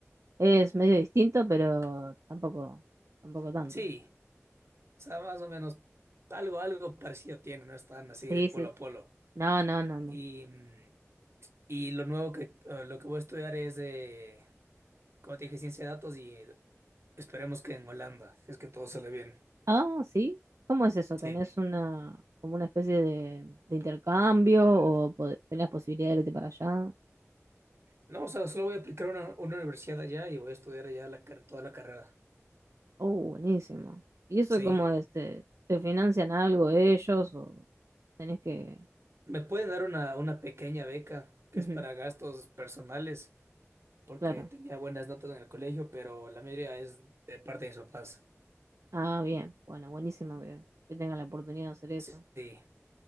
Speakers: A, on the right (about 75°); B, on the right (about 55°).
A: es medio distinto, pero tampoco, tampoco tanto.
B: Sí, o sea, más o menos algo, algo parecido tiene, no están así
A: Sí,
B: de polo
A: sí.
B: a polo.
A: No, no, no, no.
B: Y, mm, y lo nuevo que, eh, lo que voy a estudiar es... como te dije, ciencia de datos y esperemos que en Holanda, si es que todo sale bien.
A: Ah, sí. ¿Cómo es eso?
B: Sí.
A: ¿Tenés una, como una especie de, de intercambio o po- tenés posibilidad de irte para allá?
B: No, o sea, solo voy a aplicar a una, una universidad allá y voy a estudiar allá la, car- toda la carrera.
A: Oh, buenísimo. ¿Y eso
B: Sí.
A: cómo es? ¿Te, te financian algo ellos o tenés que...?
B: Me pueden dar una, una pequeña beca, que
A: Ujú,
B: es para gastos personales, porque
A: claro.
B: tenía buenas notas en el colegio, pero la mayoría es de parte de mis papás.
A: Ah, bien. Bueno, buenísimo que, que tengas la oportunidad de hacer eso.
B: Sí. sí.